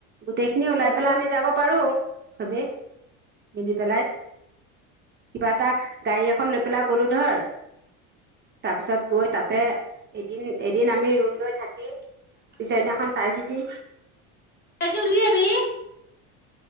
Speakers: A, on the right (about 30°); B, on the left (about 30°).
A: গোটেই খিনি ওলাই
B: এইবোৰ
A: পেলাই আমি যাব পাৰো চবেই মিলি পেলাই কিবা এটা গাড়ী এখন লৈ পেলাই গ'লো ধৰ তাৰপিছত গৈ তাতে এদিন এদিন আমি ৰুম লৈ থাকি পিছৰদিনাখন চাই চিতি
B: এ জুলি আবি